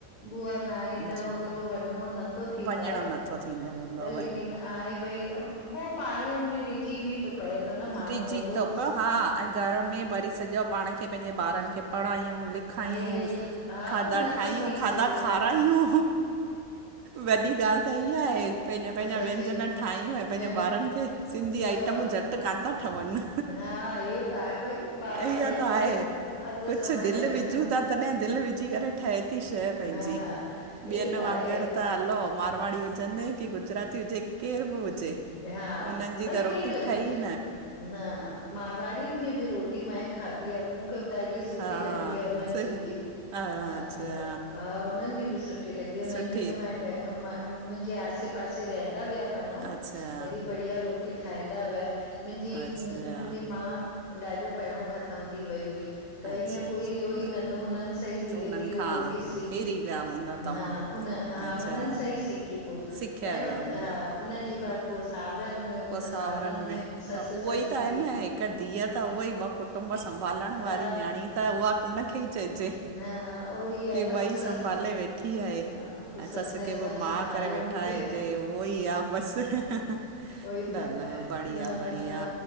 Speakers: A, on the left; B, on the right.
A: बुआ न आहे
B: जी
A: त होतिरो वञो न थी
B: वञिणो
A: पाए
B: नथो थींदो हूंदव
A: लेकिन आहे भई उ हो पाणे में रिझ बि त पए थो न माण्हू
B: ॾिजी
A: हेॾोस
B: थो पियो हा ऐं घर में वरी सॼो पाण खे पंहिंजे ॿारनि खे पढ़ायूं लिख खायूं
A: हे हा
B: खाधा
A: पोइ नथो
B: ठाहियूं
A: थी
B: खाधा
A: सघे
B: खारायूं।
A: त
B: वॾी ॻाल्हि त इहा आहे पंहिंजा पंहिंजा
A: असां
B: व्यंजन
A: सिं
B: ठाहियूं ऐं पंहिंजे
A: अ
B: ॿारनि खे सिंधी
A: क
B: आइटमूं झट त कान था ठवनि,
A: हा हे त आहे भई ॿार
B: ईअं त आहे
A: अधु अधु
B: कुछु
A: समय
B: दिलि
A: त
B: विझूं
A: न
B: था, तॾहिं दिलि विझी करे ठहे थी शइ पंहिंजी,
A: हा हे
B: ॿियनि
A: त आहे
B: वांगुरु त हलो मारवाड़ी हुजनि, कि गुजराती हुजे की केर बि हुजे
A: हा,
B: उन्हनि जी
A: भई
B: त रोटी
A: केरु
B: ठही
A: न, मारवाड़िनि जी बि रोटी मां ई खाधी आहे मूंखे बि ॾाढी सुठी
B: हा
A: लॻदी आहे हुननि
B: सु-
A: जी बि
B: अच्छा
A: ह हा हुननि जी बि सुठी लॻदी आह, हुननि
B: सुठी
A: जी त मां <unintelligible> म मुंहिंजे आसे- पासे रहंदा विया पहिरियों,
B: अच्छा
A: हेॾी बढ़िया रोटी ठहींदा हुया मुंहिंजी,
B: अच्छा
A: मुंहिंजी माउ ॾाढो पहिरियों ख़तमु थी वई हुई त
B: अच्छा
A: हीअं
B: अच्छा।
A: कोई हुयो ई न, त हुननि सां ई धीरे-
B: त उन्हनि
A: धीरे
B: खां
A: रोटी सिखी।
B: हिरी विया हूंदा तव्हां
A: हा उन, हा
B: अच्छा
A: उननि सां ई सिखी पोइ,
B: सिखिया
A: पहिरियों
B: विया
A: त
B: हूंदा
A: हा उनजे बाद
B: पोइ
A: सावरनि में हुयमि
B: सावरनि
A: त
B: में,
A: ससु
B: त उहो
A: सां
B: ई
A: सिखी
B: त आहे न हिकु धीअ त हुई ॿ पु कुटुंब संभालण वारी
A: हा
B: न्याणी, त उहा उनखे ई चएजे
A: हा उहो ई
B: कि
A: आहे न
B: ॿई
A: पोइ ससु
B: संभाले वेठी आहे,
A: हा पोइ
B: ऐं सस के
A: सभु
B: बि माँ
A: सेखारियो
B: करे वेठा
A: मूंखे
B: आहिनि हे उहो ई आ, बसि न,
A: उहोई
B: न
A: त अ
B: बढ़िया- बढ़िया,
A: अ